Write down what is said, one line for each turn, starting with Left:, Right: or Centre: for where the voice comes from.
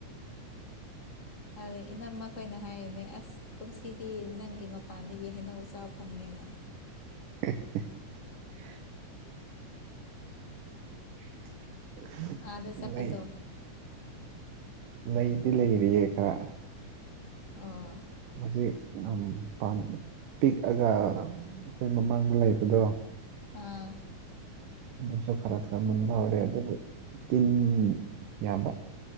Left: ꯑꯣ ꯏꯅꯝ ꯃ ꯑꯩꯈꯣꯏꯅ ꯍꯥꯏꯔꯤꯅꯦ ꯑꯁ ꯀꯨꯝꯁꯤꯗꯤ ꯅꯪꯒꯤ ꯃꯄꯥꯟꯗꯒꯤ ꯍꯩꯅꯧ ꯆꯥꯕ ꯐꯪꯉꯦꯅ
Right: <unintelligible> <unintelligible>
Left: ꯑꯥꯗ ꯆꯠꯄꯗꯣ
Right: ꯂꯩ ꯂꯩꯗꯤ ꯂꯩꯔꯤꯌꯦ ꯈꯔ
Left: ꯑ
Right: ꯃꯥꯖꯤ <unintelligible> ꯄꯤꯛꯑꯒ ꯑꯩꯈꯣꯏ ꯃꯃꯥꯡꯗ ꯂꯩꯕꯗꯣ
Left: ꯑꯥ
Right: ꯑꯗꯨꯁꯨ ꯈꯔ ꯈꯔ ꯃꯨꯟꯕ ꯍꯧꯔꯦ ꯑꯗꯨꯕꯨ ꯇꯤꯟ ꯌꯥꯝꯕ